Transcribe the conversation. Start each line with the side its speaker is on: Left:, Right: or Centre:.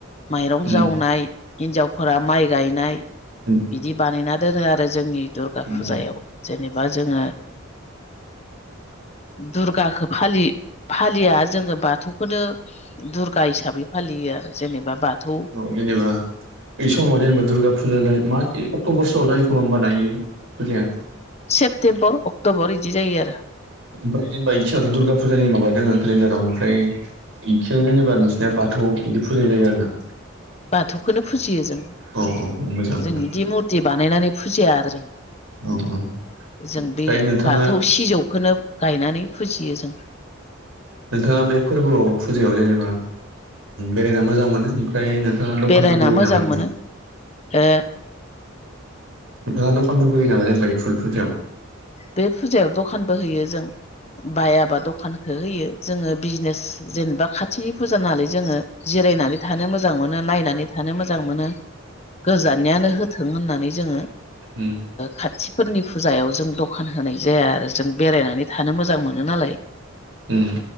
Left: माइरं
Right: उम उम
Left: जावनाय हिनजावफोरा माइ गायनाय
Right: उम
Left: बिदि बानायना दोनो आरो जोंनि दुर्गा
Right: उम
Left: फुजायाव जेनेबा जोङो। दुर्गाखौ फालि फालिया जोङो बाथौखौनो दुर्गा हिसाबै फालियो आरो जेनेबा बाथौ।
Right: औ जेनेबा बे समाव जेनबा दुर्गा फुजा जायो मा अक्ट'बरसोआव जायो खोमा होनोमबा नायो फुजाया।
Left: सेप्तेम्बर अक्ट'बर बिदि जायो आरो।
Right: ओमफ्राय जेनबा सिवथ' दुर्गा फुजानि माबा दङ केलेन्डाराव ओमफ्राय बेखिनि जेनेबा नोंसनिया बाथौ बिदि फुजिनाय जायो आरो ना
Left: बाथौखौनो फुजियो जों
Right: औ औ औ मोजां मोजां
Left: जों बिदि मुरथि बानायनानै फुजिया आरो जों
Right: औ औ।
Left: जों
Right: ओमफ्राय
Left: बे
Right: नोंथाङा
Left: बाथौ सिजौखौनो गायनानै फुजियो जों
Right: नोंथाङा बे फोरबोआव फुजायाव जेनेबा बेरायना मोजां मोनो। ओमफ्राय नोंथाङा दखानफोरबो
Left: बेरायना
Right: होयो
Left: मोजां
Right: नामा
Left: मोनो
Right: जों
Left: ओ
Right: नोंफाङा दखानफोरबो होयो नामा जेनबा बे फुजायाव
Left: बे फुजायाव दखानबो होयो जों बायाबा दखानखौ होयो। जोङो बिजनेस जेनेबा खाथिनि फुजााल जोङो जिरायनानै थानो मोजां मोजां मोनो नायनानै थानो मोजां मोनो गोजाननियानो होथों होननानै जोङो
Right: उम।
Left: खाथिफोरनि फुजायाव जों दखान होनाय जाया आरो जों बेरायनानै थानो मोजां मोनो नालाय
Right: उम।